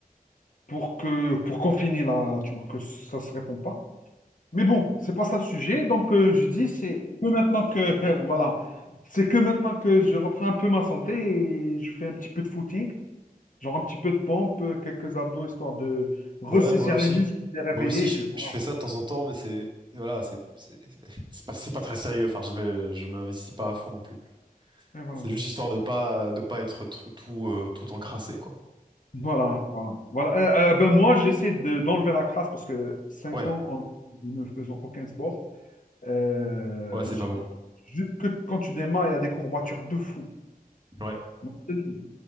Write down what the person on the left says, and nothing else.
pour que pour confiner la, la tumeur, que ça se répond pas. Mais bon, c'est pas ça le sujet. Donc euh, je dis, c'est que maintenant que <laughs> voilà, c'est que maintenant que je reprends un peu ma santé et je fais un petit peu de footing, genre un petit peu de pompe, euh, quelques abdos, histoire de ressaisir
les muscles, de les réveiller,
et
puis voilà.
Et voilà.
Voilà, voilà, voilà. Euh, euh, ben moi, j'essaie de, d'enlever la crasse parce que cinq
ans en ne faisant aucun sport, euh,
je-
je- que quand tu démarres, il y a des courbatures de fou.
Moi, je te le dis.